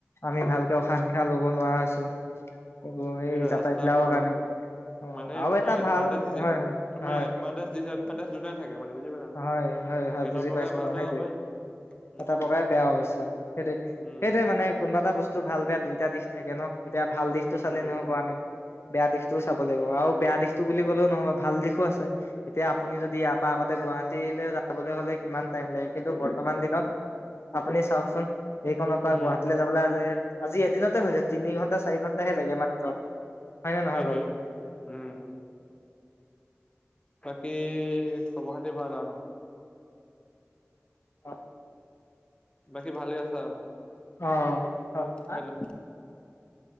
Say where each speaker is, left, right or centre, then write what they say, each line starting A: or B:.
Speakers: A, on the left; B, on the left.
A: আমি ভালকে উশাহ নিশাহ লব নোৱাৰা হৈছো। এইবোৰ সেই
B: সেইটো
A: যাতায়ত
B: ৰাস্তাবোৰ
A: বিলাকৰ কাৰণে অ,
B: মানে
A: আৰু
B: তোমাৰ
A: এটা
B: এডভান্টেজ
A: ভাল
B: যি
A: হয় হয়।
B: তোমাৰ
A: হয়
B: এডভান্টেজ, ডিচএডভান্টেজ দুটাই থাকে মানে বুজি পালা নাই,
A: হয় হয় হয়
B: এটা
A: বুজি
B: প্ৰকাৰে
A: পাইছো
B: ভালো
A: আৰু সেইটোৱে।
B: হ'ব পাৰে উম।
A: এটা প্ৰকাৰে বেয়াও। সেইটো
B: উম,
A: সেইটোয়ে মানে কোনোবা এটা বস্তু ভাল বেয়া দুইটা দিশ থাকে ন। এতিয়া ভাল দিশতটো চালে
B: উম,
A: নহব, আমি বেয়া দিশতটোও চাব লাগিব, আৰু বেয়া দিশতটো বুলি ক'লেও নহব, ভাল দিশ তো আছে, এতিয়া আপুনি যদি ইয়াৰ পৰা আগতে গুৱাহাটীলৈ যাবলৈ হলে কিমান টাইম লাগে। কিন্তু বৰ্তমান দিন আপুনি চাওঁকচোন এইকনৰ পৰা
B: উম,
A: গুৱাহাটীলৈ যাবলৈ আজি এদিনতে হৈ যায় তিনি ঘণ্টা চাৰি ঘন্টাহে লাগে মাত্ৰ। হয় নে নহয়
B: সেইটোৱে
A: বাৰু?
B: উম বাকী খবৰ খাতি ভাল আৰু ন।
A: অ'
B: বাকী ভালে আছা?
A: অ' হয়।
B: হেল্ল'